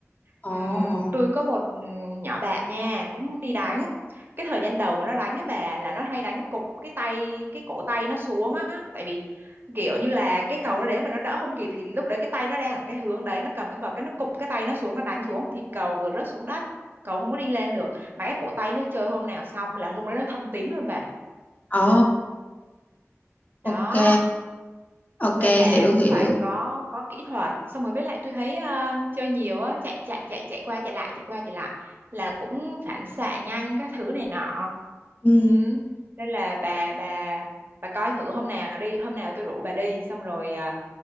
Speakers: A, on the left (about 30°); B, on the right (about 45°).
A: Ồ,
B: Ừm, tôi có một ừm, nhỏ bạn nha cũng đi đánh cái thời gian đầu mà nó đánh á bà là nó hay đánh cục cái tay cái cổ tay nó xuống á tại vì kiểu như là cái cầu nó đến mà nó đỡ không kịp thì lúc đấy cái tay nó đang ở cái hướng đấy nó cầm cái vợt cái nó cục cái tay nó xuống nó đánh xuống thì cầu vừa rớt xuống đất cầu không có đi lên được mà cái cổ tay nó chơi hôm nào xong là hôm đấy nó thâm tím luôn bà
A: ồ, ok.
B: đó
A: Ok,
B: nên là
A: hiểu
B: cũng
A: hiểu.
B: phải có có kỹ thuật xong rồi với lại tôi thấy ờ, chơi nhiều á chạy chạy chạy chạy qua chạy lại chạy qua chạy lại là cũng phản xạ nhanh các thứ này nọ
A: Ừ.
B: ừ. nên là bà bà bà coi thử hôm nào đi hôm nào tôi rủ bà đi xong rồi ờ,